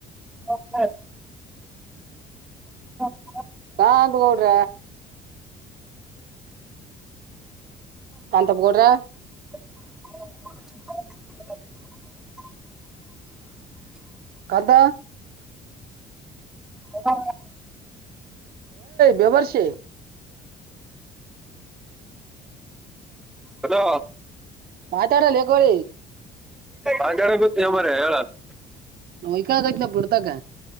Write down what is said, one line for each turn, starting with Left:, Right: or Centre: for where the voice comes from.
Centre: ಹ ಹ
Right: ಹಾ ಅಂಗ ಹಡ್ರ ಕಂತಪಗೂಡರ
Centre: ಹ
Right: ಕದ
Centre: ಹ
Right: ಬೇವಾರಸ
Centre: ಹಲೋ
Right: ಮಾತಾಡಲ್ಲಕಳ
Centre: ಹಾಗಾರ ಗೊತ್ತ ಮರ ಹೇಳತ್
Right: ನಯಕೈತ್ ಬಿಡ್ತಕ